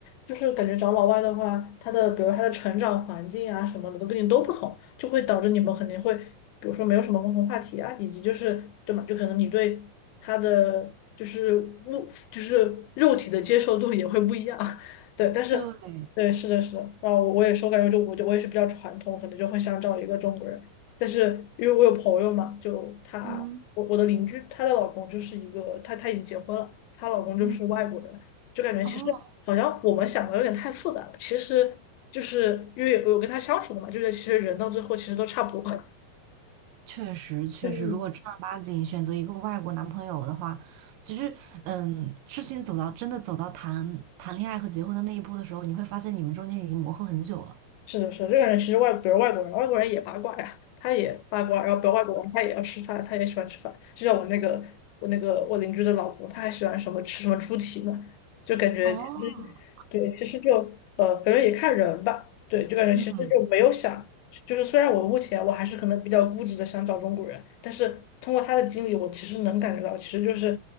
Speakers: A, on the left; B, on the right.
A: 就是感觉找老外的话，他的比如他的成长环境啊什么的都跟你都不同，就会导致你们肯定会，比如说没有什么共同话题啊，以及就是对嘛，就可能你对他的就是物就是肉体的接受度也会不一样，<laughs> 对，但是对，
B: 对，
A: 是的，是的，然后我也是，我感觉就我就我也是比较传统，可能就会想找一个中国人。但是因为我有朋友嘛，就她，
B: 嗯
A: 我我的邻居，她的老公就是一个，她她已经结婚了，她老公就是外国人，
B: 嗯，
A: 就感觉其实好像我们想的有点太复杂了，
B: 哦，
A: 其实就是因为我有跟她相处过嘛，就是其实人到最后其实都差不多，<laughs>
B: 确实确实，
A: 嗯
B: 如果正儿八经选择一个外国男朋友的话，其实，嗯，事情走到真的走到谈谈恋爱和结婚的那一步的时候，你会发现你们中间已经磨合很久了。
A: 是的，是的，这个人其实外，比如外国人，外国人也八卦呀，他也八卦，然后比如外国人他也要吃饭，他也喜欢吃饭。就像我那个我那个我邻居的老婆，他还喜欢什么吃什么猪蹄呢，就感觉其实对，
B: 哦，
A: 其实就呃，感觉也看人吧，对，就感觉其实就没有想，
B: 嗯。
A: 就是虽然我目前我还是可能比较固执的想找中国人，但是通过他的经历，我其实能感觉到，其实就是